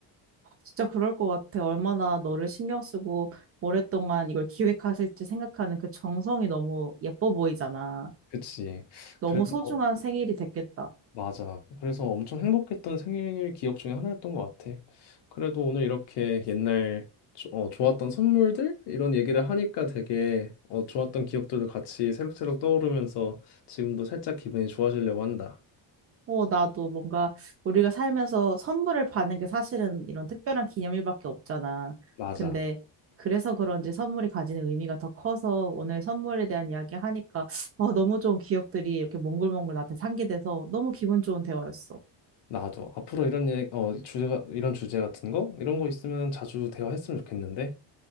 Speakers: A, on the right; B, on the left.
A: 진짜 그럴 것 같아. 얼마나 너를 신경 쓰고 오랫동안 이걸 기획하실지 생각하는 그 정성이 너무 예뻐 보이잖아.
B: 그치
A: 너무
B: 그래도
A: 소중한 생일이 됐겠다.
B: 맞아. 그래서 엄청 행복했던 생일 기억 중에 하나였던 것 같아. 그래도 오늘 이렇게 옛날 조- 어, 좋았던 선물들 이런 얘기를 하니까 되게 어, 좋았던 기억들도 같이 새록새록 떠오르면서 지금도 살짝 기분이 좋아지려고 한다.
A: 어, 나도 뭔가 우리가 살면서 선물을 받는 게 사실은 이런 특별한 기념일밖에 없잖아.
B: 맞아.
A: 근데 그래서 그런지 선물이 가지는 의미가 더 커서 오늘 선물에 대한 이야기 하니까 어, 너무 좋은 기억들이 이렇게 몽글몽글 나한테 상기돼서 너무 기분 좋은 대화였어.
B: 나도 앞으로 이런 얘 어, 주제가 이런 주제 같은 거 이런 거 있으면 자주 대화했으면 좋겠는데.